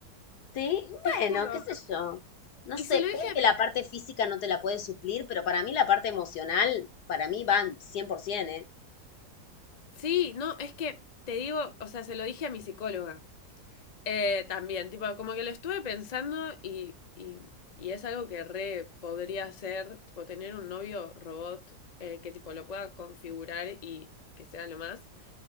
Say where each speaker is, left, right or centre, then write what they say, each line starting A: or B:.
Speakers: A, on the left (about 80°); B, on the left (about 40°).
A: Sí,
B: Te juro.
A: bueno, qué sé yo. No
B: Y
A: sé,
B: se lo dije,
A: creo que la parte física no te la puede suplir, pero para mí la parte emocional, para mí van 100%, ¿eh?
B: sí, no, es que te digo, o sea, se lo dije a mi psicóloga. Eh, también, tipo, como que lo estuve pensando y, y, y es algo que re podría hacer, tipo, tener un novio robot eh, que, tipo, lo pueda configurar y que sea lo más.